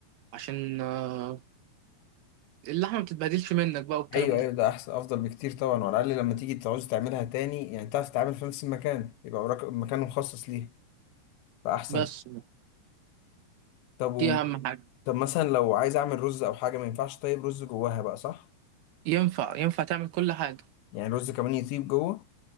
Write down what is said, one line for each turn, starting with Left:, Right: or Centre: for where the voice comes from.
Right: عشان آه، اللحمه ما بتتبهدلش منك بقى والكلام
Left: ايوه
Right: ده
Left: ايوه ده احسن افضل بكتير طبعا وعلى الاقل لما تيجي تعوز تعملها تاني يعني تعرف تتعامل في نفس المكان يبقى وراك مكان مخصص ليه فاحسن
Right: بس
Left: طب و...
Right: دي اهم حاجه
Left: طب مثلا لو عايز اعمل رز او حاجه ما ينفعش طيب رز جواها بقى صح
Right: ينفع ينفع تعمل كل حاجه
Left: يعني الرز كمان يطيب جوه